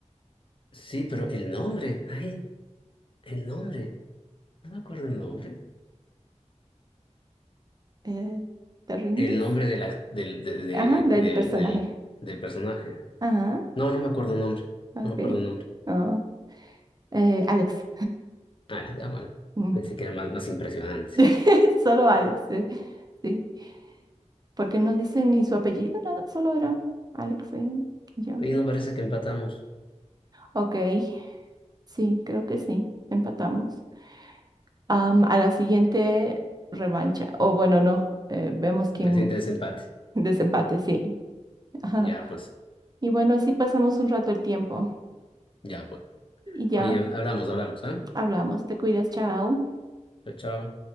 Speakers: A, on the left; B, on the right.
A: Sí, pero el nombre, ay, el nombre. No me acuerdo el nombre.
B: eh, ¿te rindes?
A: El nombre de la, del, de- de-
B: Ajá, del
A: del,
B: personaje.
A: del, del personaje.
B: Ajá,
A: No, no me acuerdo el nombre.
B: ok.
A: No me acuerdo el nombre.
B: Ah, eh, Alex.
A: Vale, ah, bueno.
B: Mm.
A: Pensé que era más, más impresionante.
B: <laughs> Solo Alex, eh, sí. Porque no dicen ni su apellido, nada, solo era Alex ahí. Ya.
A: Oye, no parece que empatamos.
B: Ok, sí, creo que sí, empatamos. Am, a la siguiente revancha, o bueno, no, eh, vemos quién
A: Me siente desempate.
B: <laughs> desempate, sí. Ajá.
A: Ya, pues,
B: Y bueno, así pasamos un rato el tiempo
A: ya, pues.
B: y
A: Oye,
B: ya
A: hablamos, hablamos, ¿ah?
B: hablamos. Te cuidas, chao.
A: Chao, chao.